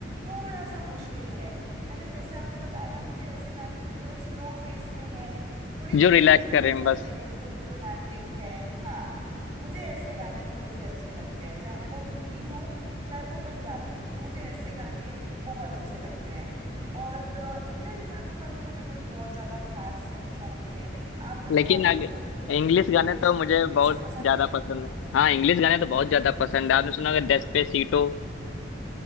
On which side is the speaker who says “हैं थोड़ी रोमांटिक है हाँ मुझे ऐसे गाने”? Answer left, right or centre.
Right